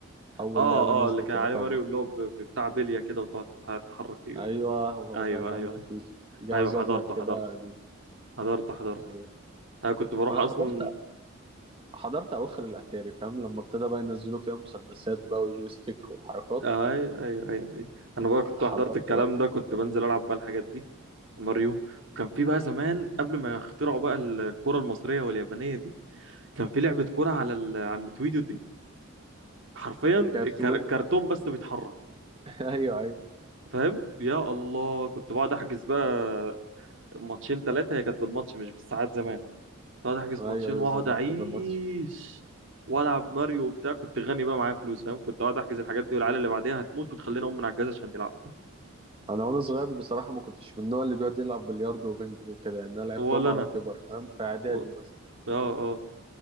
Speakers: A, on the right (about 25°); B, on the right (about 65°).
A: اول
B: اه
A: لعبه نزلت
B: اه اللي كان
A: يعتبر
B: عليه ماريو اللي هو ب- بتاع بليه كده وتقعد تتح- تتحرك فيه
A: ايوه
B: ده.
A: هو
B: ايوه
A: ده ده
B: ايوه
A: النتويدو
B: ايوه
A: جهاز
B: ايوه حضرته
A: ابيض كده
B: حضرته
A: قديم
B: حضرته حضرته
A: ايوه
B: انا كنت بروح
A: انا
B: اصلا
A: حضرت حضرت اواخر الاتاري فاهم لما ابتدى بقى ينزلوا فيها مسدسات بقى وجويستيك وحركات
B: آه، ايوه ايوه ايوه ايوه انا بقى كنت
A: حضرت
B: حضرت الكلام
A: بقى
B: ده كنت بنزل العب بقى الحاجات دي وماريو كان في بقى زمان قبل ما يخترعوا بقى الكرة المصرية واليابانية دي كان في لعبة كرة على ال... على النتويديو دي حرفيا
A: كانت
B: الكر-
A: وين
B: الكرتون بس بيتحرك
A: <laughs> ايوه ايوه
B: فاهم يا الله كنت بقعد احجز بقى ماتشين ثلاثة هي كانت بالماتش مش بالساعات زمان كنت بقعد احجز
A: ايوه
B: ماتشين
A: ايوه
B: واقعد
A: زمان
B: اعيش
A: كان بالماتش
B: والعب ماريو وبتاع كنت غني بقى معايا فلوس فاهم كنت اقعد احجز الحاجات دي والعيال اللي بعديها هتموت وتخلينا اقوم من على الجهاز عشان نلعب
A: انا وانا صغير بصراحه ما كنتش من النوع اللي بيقعد يلعب بلياردو وبنج وكده يعني انا لعبتهم
B: ولا
A: على
B: انا
A: كبر فاهم في اعدادي
B: و...
A: بس
B: اه اه